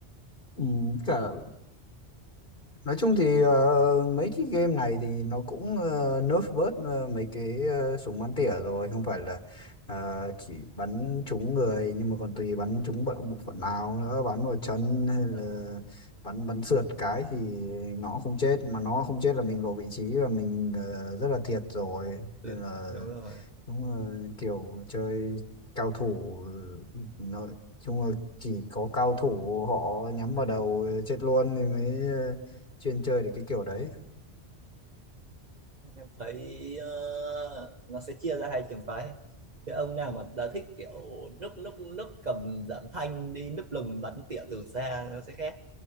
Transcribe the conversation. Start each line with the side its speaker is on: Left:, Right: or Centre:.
Left: ừ, cả Nói chung thì ờ, mấy cái game này thì nó cũng ờ, nerf bớt ờ, mấy cái ờ, súng bắn tỉa rồi không phải là ờ, chỉ bắn trúng người nhưng mà còn tùy bắn trúng bộ bộ phận nào nữa bắn vào chân hay
Right: dạ
Left: là
Right: vâng
Left: bắn bắn sượt cái thì nó không chết mà nó không chết là mình lộ vị trí là mình ờ, rất là thiệt rồi
Right: ừ,
Left: nên là
Right: đúng rồi
Left: đúng là kiểu chơi cao thủ nói chung là chỉ có cao thủ họ nhắm vào đầu chết luôn thì mới ờ, chuyên chơi được cái kiểu đấy
Right: em thấy ờ, nó sẽ chia ra hai trường phái cái ông nào mà đã thích kiểu núp núp núp cầm giảm thanh đi núp lùm bắn tỉa từ xa nó sẽ khác